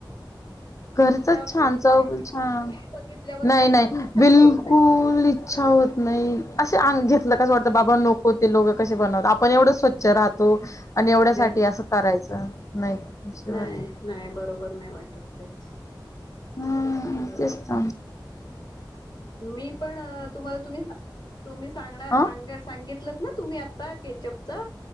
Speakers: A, on the left (about 40°); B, on the left (about 60°).
A: घरचच
B: नाहीच
A: छान चव
B: खायची
A: छान
B: हे बघितल्यावर
A: नाही
B: खायची
A: नाही
B: इच्छाच
A: बिलकुल
B: होत नाही
A: अच्छा हो नाही असे अ घेतलं कसं वाटतं बाबा नको ते लोकं कसे बनवत आपण एवढं स्वच्छ राहतो आणि एवढ्यासाठीठी
B: तेच
A: असं करायचं नाही असे
B: नाही
A: वाटत
B: नाही बरोबर नाही वाटत तेच
A: हम्
B: बरोबर
A: तेचत
B: आहे मी पण तुम्हाला तुम्ही तुम्ही सांग
A: अ
B: सांग सांगित ना तुम्ही आता केचप च